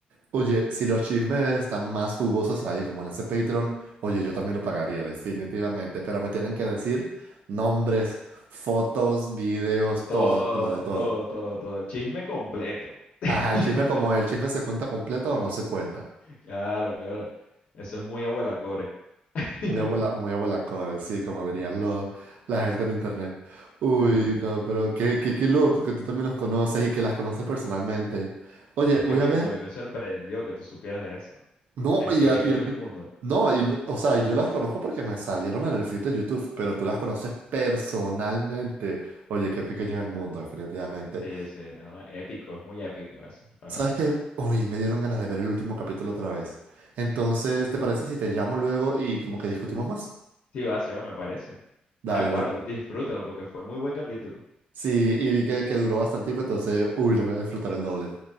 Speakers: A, on the right (about 80°); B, on the left (about 55°).
A: Oye, si los chismes están más jugosos ahí, como en ese Patreon, oye, yo también lo pagaría, definitivamente. Pero me tienen que decir nombres, fotos, videos, todo,
B: Todo,
A: todo, todo.
B: todo, todo, todo. El chisme completo. <laughs>
A: Ajá, el chisme como el chisme se cuenta completo o no se cuenta.
B: Claro, claro. Eso es muy abuela core. <laughs>
A: Muy abuela, muy abuela core, sí, como dirían los, la gente en internet. Uy,
B: Sí, sí, sí.
A: no, pero qué, qué, qué loco que tú también los conoces y que las conoces personalmente. Oye,
B: Es
A: voy
B: que me-
A: a ver
B: a mí me sorprendió que tú supieras de eso.
A: No,
B: Es
A: y
B: que
A: a,
B: pequeño
A: y a ti.
B: es el mundo.
A: No, y no- o sea, yo las conozco porque me salieron en el feed de YouTube, pero tú las conoces personalmente. Oye, qué pequeño es el mundo, definitivamente.
B: Sí, sí, no, épico, es muy épico eso, la
A: ¿Sabes
B: verdad.
A: qué? Uy, me dieron ganas de ver el último capítulo otra vez. Entonces, ¿te parece si te llamo luego y como que discutimos más?
B: Sí va, sí va, me parece.
A: Dale,
B: Ah, claro,
A: bueno.
B: disfrútalo porque fue muy buen capítulo.
A: Sí, y vi que, que duró bastante, entonces, uy, lo voy a disfrutar el doble.